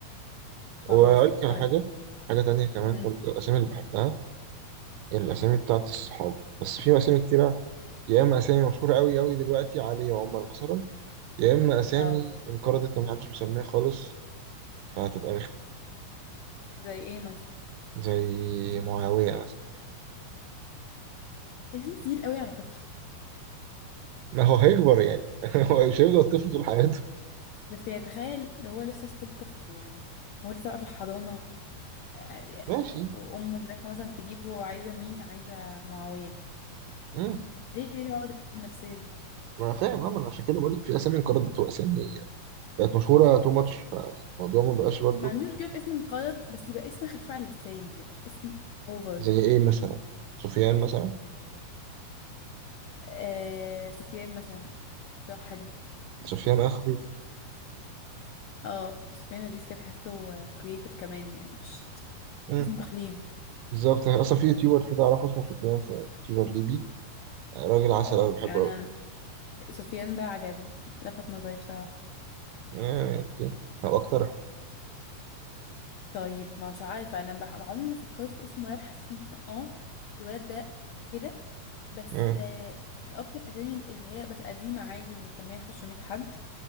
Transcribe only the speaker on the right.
وأقول لك على
حاجة حاجة تانية كمان
برضه الأسامي اللي بحبها الأسامي بتاعت الصحاب بس في أسامي كتيرة يا إما أسامي مشهورة أوي أوي دلوقتي علي وعمر مثلا يا إما أسامي
انقرضت ومحدش بيسميها خالص فهتبقى رخمة
زي معاوية مثلا
ما هو هيكبر يعني <laughs> هو مش هيفضل طفل طول حياته
ماشي
لا
ما انا فاهم اه ما انا عشان كده بقول لك في اسامي انقرضت واسامي بقت مشهوره تو ماتش فالموضوع ما بقاش برضه
زي ايه مثلا سفيان مثلا
سفيان اه خفيف
مم.
بالظبط يعني اصلا في يوتيوبر كده اعرفه اسمه سفيان ف- يوتيوبر ليبي آه، راجل عسل
قوي بحبه
قوي
آه اوكي هبقى اقترحه
اه